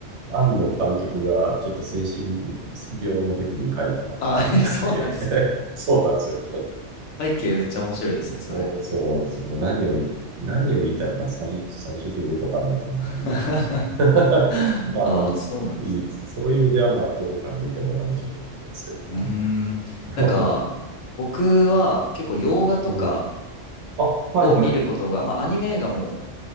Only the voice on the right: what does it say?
う、庵野監督がちょっと精神病の時に書いたアニメなんで
<laughs> そうなんですよ。
もうそうなんですよ。もう何をい、何を言いたいのか最、最終的によくわかんないって感じなんで
<laughs> まあなん、
いいそういう意味では、まあ、どこから見ても大丈夫だと思いますけど。
はい <laughs>
うん。あ、はいはい。